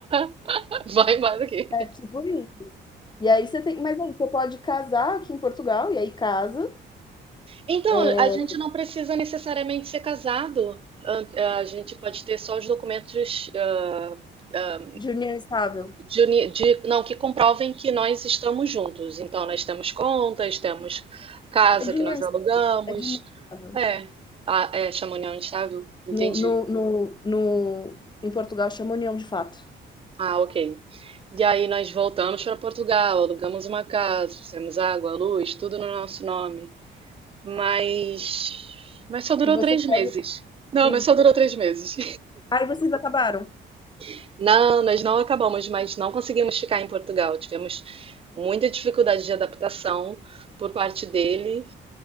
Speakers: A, on the right (about 30°); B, on the left (about 20°).
A: <laughs> Vai embora daqui.
B: é tipo isso. E aí você tem, mas aí você pode casar aqui em Portugal, e aí casa,
A: Então,
B: é,
A: a gente não precisa necessariamente ser casado. A, a gente pode ter só os documentos ah, ah,
B: de união estável.
A: de, uni- de- não, que comprovem que nós estamos juntos. Então, nós temos contas, temos casa
B: É de
A: que
B: união,
A: nós alugamos.
B: é de união estável.
A: É, a, é chama união estável. Entendi.
B: No, no, no, no- em Portugal chama união de fato.
A: Ah, ok. E aí nós voltamos para Portugal, alugamos uma casa, fizemos água, luz, tudo no nosso nome. Mas, mas só durou
B: E você
A: três
B: pode
A: meses. Não,
B: E
A: mas só durou três meses.
B: aí vocês acabaram.
A: <laughs> Não, nós não acabamos, mas não conseguimos ficar em Portugal. Tivemos muita dificuldade de adaptação por parte dele.